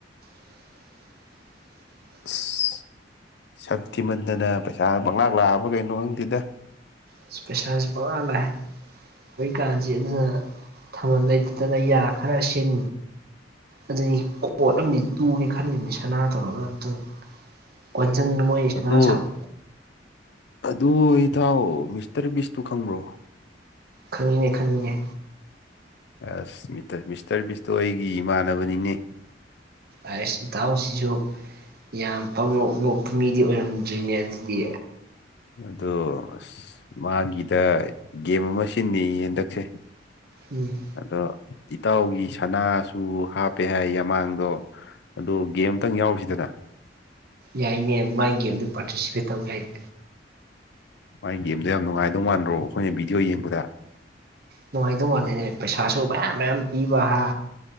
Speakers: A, on the right (about 60°); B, on the left (about 65°).
A: <inaudible>
B: ꯑꯁ ꯁꯛ ꯊꯤꯃꯟꯗꯅ ꯄꯩꯁꯥ ꯄꯪꯂꯥꯛ ꯂꯥꯛꯑꯕ ꯀꯩꯅꯣ ꯈꯪꯗꯦꯗ
A: ꯑꯁ ꯄꯩꯁꯥꯁꯤ ꯄꯪꯂꯥꯛ ꯂꯥꯛꯑꯦ ꯍꯧꯏꯀꯥꯟꯁꯤ ꯑꯗꯨꯅ ꯊꯝꯕꯜ ꯂꯩꯇꯗꯅ ꯌꯥ ꯈꯔ ꯁꯤꯟ ꯑꯗꯨꯅꯤ ꯀꯣꯠ ꯑꯃꯗꯤ ꯇꯨꯒꯦ ꯈꯟꯂꯤꯕꯅꯤ ꯁꯅꯥ ꯇꯧꯔꯒ ꯑꯝꯇꯪ ꯀꯣꯟꯖꯪꯗ ꯃꯣꯏ ꯁꯥꯅ
B: ꯑꯗꯨ
A: ꯁꯥꯕ
B: ꯑꯗꯨ ꯏꯇꯥꯎ ꯃꯤꯁꯇꯔ ꯕꯤꯁꯇꯨ ꯈꯪꯕ꯭ꯔꯣ
A: ꯈꯪꯉꯤꯅꯦ ꯈꯪꯉꯤꯅꯦ
B: ꯑꯁ ꯃꯤꯁꯇꯔ ꯃꯤꯕꯤꯁꯇꯣ ꯑꯩꯒꯤ ꯏꯃꯥꯟꯅꯕꯅꯤꯅꯦ
A: ꯑꯥꯏꯁ ꯏꯇꯥꯎꯁꯤꯁꯨ ꯌꯥꯝ ꯄꯥꯎꯅꯣꯞ ꯅꯣꯞꯄ ꯃꯤꯗꯤ ꯑꯣꯏꯔꯝꯗ꯭ꯔꯤꯅꯦ ꯑꯗꯨꯗꯤ
B: ꯑꯗꯣ ꯑꯁ ꯃꯥꯒꯤꯗ ꯒꯦꯝ ꯑꯃ ꯁꯤꯟꯅꯩ ꯍꯟꯗꯛꯁꯦ
A: ꯎꯝ
B: ꯑꯗꯣ ꯏꯇꯥꯎꯒꯤ ꯁꯅꯥꯁꯨ ꯍꯥꯞꯄꯦ ꯍꯥꯏ ꯌꯥꯃꯥꯡꯗꯣ ꯑꯗꯣ ꯒꯦꯝ ꯑꯃꯇꯪ ꯌꯥꯎꯔꯨꯁꯤꯗꯅ
A: ꯌꯥꯏꯅꯦ ꯃꯥꯏ ꯒꯦꯝꯗꯨ ꯄꯥꯔꯇꯤꯁꯤꯄꯦꯠ ꯇꯧ ꯌꯥꯏꯅꯦ
B: ꯃꯥꯏ ꯒꯦꯝꯗꯣ ꯌꯥꯝ ꯅꯨꯡꯉꯥꯏꯗꯧ ꯃꯥꯟꯗ꯭ꯔꯣ ꯑꯩꯈꯣꯏꯅ ꯚꯤꯗꯤꯑꯣ ꯌꯦꯡꯕꯗ
A: ꯅꯨꯡꯉꯥꯏꯗꯧ ꯃꯥꯜꯂꯤꯅꯦ ꯄꯩꯁꯥꯁꯨ ꯃꯌꯥꯝ ꯃꯌꯥꯝ ꯄꯤꯕ ꯍꯥ